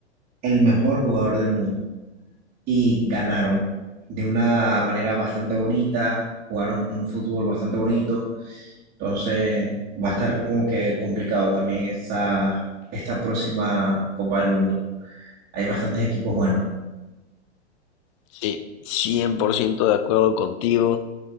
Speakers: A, on the right; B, on the left.
A: el mejor jugador del mundo y ganaron de una manera bastante bonita, jugaron un fútbol bastante bonito, entonces va a estar como que complicado también esa, esta próxima Copa del Mundo. Hay bastantes equipos buenos.
B: sí, cien por ciento de acuerdo contigo.